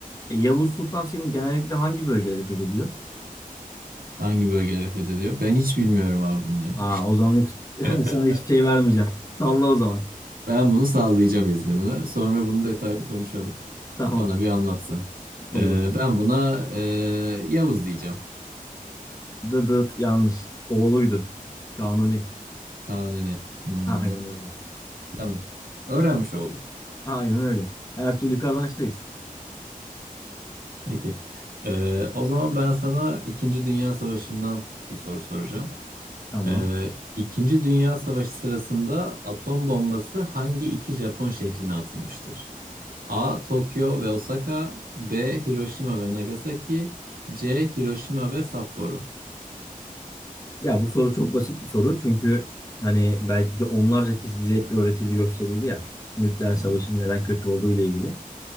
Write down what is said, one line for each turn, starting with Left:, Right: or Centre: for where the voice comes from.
Left: E, Yavuz Sultan Selim genellikle hangi bölgeleri fethediyor?
Right: hangi bölgeleri fethediyor? Ben hiç bilmiyorum abi bunları.
Left: Aa, o zaman hiç, <laughs>
Right: <laughs>
Left: sana hiçbir şey vermeyeceğim. Salla o zaman.
Right: Ben bunu sallayacağım izninle. Sonra bunu detaylı konuşalım.
Left: Tamam,
Right: Bana bir anlatsın.
Left: olur.
Right: Ee, ben buna ee, Yavuz diyeceğim.
Left: Dıdıt yanlış. Oğluydu. Kanuni.
Right: Kanuni. Hı hı,
Left: Aynen öyle.
Right: Tamam. Öğrenmiş oldum.
Left: Aynen öyle. Her türlü kazançtayız.
Right: Peki. Ee, o zaman ben sana İkinci Dünya Savaşı'ndan bir soru soracağım.
Left: Tamam.
Right: Ee, İkinci Dünya Savaşı sırasında atom bombası hangi iki Japon şehrine atılmıştır? A. Tokyo ve Osaka B. Hiroşima ve Nagasaki C. Hiroşima ve Sapporo
Left: Ya bu soru çok basit bir soru çünkü hani belki de onlarca kez bize hep öğretildi gösterildi ya nükleer savaşın
Right: Hı hı.
Left: neden kötü olduğu ile ilgili.